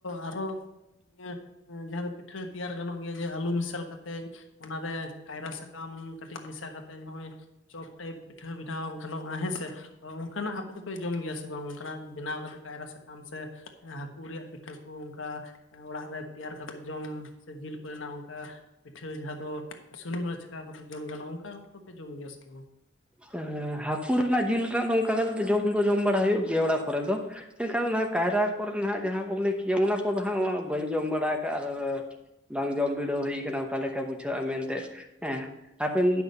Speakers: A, on the left; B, in the centre.
A: ᱟᱨᱚᱤᱭᱟᱹ ᱡᱟᱦᱟᱸ ᱫᱚ ᱯᱤᱴᱷᱟᱹ ᱛᱮᱭᱟᱨ ᱜᱟᱱᱚᱜ ᱜᱮᱭᱟ ᱡᱮ ᱟᱹᱞᱩ ᱢᱮᱥᱟᱞ ᱠᱟᱛᱮᱫ ᱚᱱᱟᱨᱮ ᱠᱟᱭᱨᱟ ᱥᱟᱠᱟᱢ ᱠᱟᱹᱴᱤᱡ ᱢᱮᱥᱟ ᱠᱟᱛᱮᱜ ᱦᱚᱜᱼᱚᱭᱼᱼ ᱪᱚᱯ ᱴᱟᱭᱤᱯ ᱯᱤᱴᱷᱟᱹ ᱵᱮᱱᱟᱣ ᱜᱟᱱᱚᱜᱼᱟ ᱦᱮᱸ ᱥᱮ ᱛᱚ ᱚᱱᱠᱟ ᱱᱟᱜ ᱟᱯᱮ ᱫᱚᱯᱮ ᱡᱚᱢ ᱜᱮᱭᱟ ᱥᱮ ᱵᱟᱝ? ᱚᱱᱠᱟᱱᱟᱜ ᱵᱮᱱᱟᱣ ᱠᱟᱛᱮᱜ ᱠᱟᱭᱨᱟ ᱥᱟᱠᱟᱢ ᱥᱮᱼᱼ ᱦᱟᱠᱩ ᱨᱮᱭᱟᱜ ᱯᱤᱴᱷᱟᱹ ᱠᱚ ᱚᱱᱠᱟ ᱚᱲᱟᱜ ᱨᱮ ᱛᱮᱭᱟᱨ ᱠᱟᱛᱮᱫ ᱡᱚᱢ ᱥᱮ ᱡᱤᱞ ᱠᱚ ᱨᱮᱱᱟᱜ ᱚᱱᱠᱟᱼᱼ ᱯᱤᱴᱷᱟᱹ ᱡᱟᱦᱟᱸ ᱫᱚ ᱥᱩᱱᱩᱢ ᱨᱮ ᱪᱷᱟᱠᱟᱣ ᱠᱟᱛᱮᱫ ᱡᱚᱢ ᱜᱟᱱᱚᱜᱼᱟ ᱚᱱᱠᱟ ᱚᱠᱛᱚ ᱯᱮ ᱡᱚᱢ ᱜᱮᱭᱟ ᱥᱮ ᱵᱟᱝ?
B: ᱦᱮᱸ ᱦᱟᱹᱠᱩ ᱨᱮᱱᱟᱜ ᱡᱤᱞ ᱨᱮᱱᱟᱜ ᱫᱚ ᱚᱱᱠᱟ ᱠᱟᱛᱮ ᱡᱚᱢ ᱫᱚ ᱡᱚᱢ ᱵᱟᱲᱟ ᱦᱩᱭᱩᱜ ᱜᱮᱭᱟ ᱚᱲᱟᱜ ᱠᱚᱨᱮ ᱫᱚ᱾ ᱮᱱᱠ ᱷᱟᱱ ᱚᱱᱟ ᱠᱟᱭᱨᱟ ᱠᱚᱨᱮᱟᱸᱜ ᱡᱟᱦᱟᱸ ᱠᱚᱢ ᱞᱟᱹᱭ ᱠᱮᱜᱼᱟ ᱚᱱᱟ ᱠᱚᱫᱚ ᱦᱟᱸᱜ ᱩᱱᱟᱹᱜ ᱵᱟᱹᱧ ᱡᱚᱢ ᱵᱟᱲᱟ ᱟᱠᱟᱫᱼᱟ ᱟᱨᱼᱼ ᱵᱟᱝ ᱡᱚᱢ ᱵᱤᱰᱟᱹᱣ ᱦᱩᱭ ᱟᱠᱟᱱᱟ ᱚᱠᱟᱮ ᱞᱮᱠᱟ ᱵᱩᱡᱷᱟᱹᱜᱼᱟ ᱢᱮᱱ ᱛᱮ ᱦᱮᱸ ᱦᱟᱯᱮᱱ